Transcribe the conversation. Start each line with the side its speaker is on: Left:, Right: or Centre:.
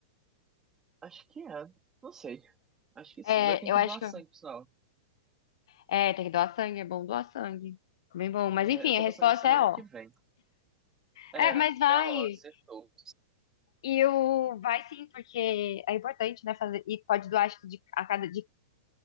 Right: Acho que é. Não sei. Acho que sim.
Left: É,
Right: Vai ter que
Left: eu acho
Right: doar
Left: que.
Right: sangue, por sinal.
Left: É, tem que doar sangue, é bom doar sangue. Bem bom. Mas
Right: É,
Left: enfim,
Right: eu tô
Left: a resposta
Right: pensando em semana
Left: é ó.
Right: que vem. É,
Left: É, mas vai.
Right: é ó, acertou.
Left: E o vai sim, porque é importante, né, fazer. E pode doar, acho que de, a cada, de,